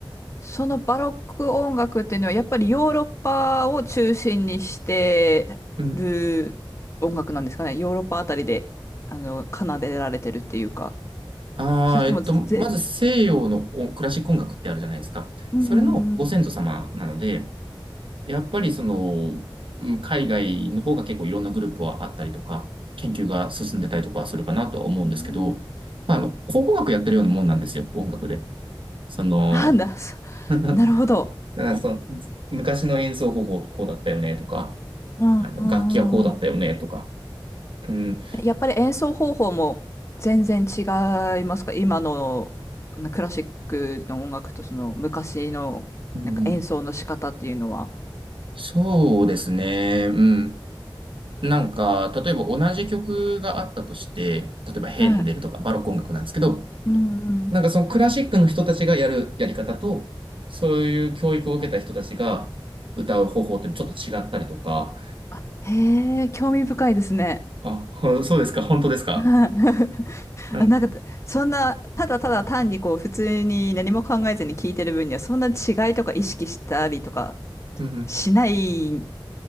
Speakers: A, on the left; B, on the right.
A: そのバロック音楽っていうのはやっぱりヨーロッパを中心にしてる音楽なんですかね。
B: うん。
A: ヨーロッパあたりで、あの、奏でられてるっていうか。
B: ああ、
A: それとも、
B: えっと、
A: ぜ、
B: まず西洋のおクラシック音楽ってあるじゃないですか。
A: うん。
B: それのご先祖様なので、
A: う
B: やっぱりその、うん海外の方が結構いろんなグループはあったりとか、研究が進んでたりとかするかなとは思うんですけど、
A: ん
B: まあ、あの、考古学やってるようなもんなんですよ、音楽で。その、
A: あ、な、そ
B: <laughs> だか
A: なるほど。
B: らその昔の演奏方法こうだったよねとか、
A: うんうんうんうん。
B: あの、楽器はこうだったよね、とか。うん。
A: やっぱり演奏方法も全然違いますか今のあのクラシックの音楽とその昔のなんか演奏の仕方っていうのは。
B: うん、そうですね。うん。なんか、例えば同じ曲があったとして、例えばヘンデルとかバロック音楽なんですけど、
A: はい。うんうん
B: なんかそのクラシックの人たちがやるやり方と、そういう教育を受けた人たちが歌う方法ってちょっと違ったりとか、
A: あ、へえ、興味深いですね。
B: あ、ほそうですか、本当ですか。
A: はい <laughs>
B: うん。
A: あ、なんか、そんな、ただただ単にこう、普通に何も考えずに聞いてる分には、そんな違いとか意識したりとか
B: うんうん
A: しない、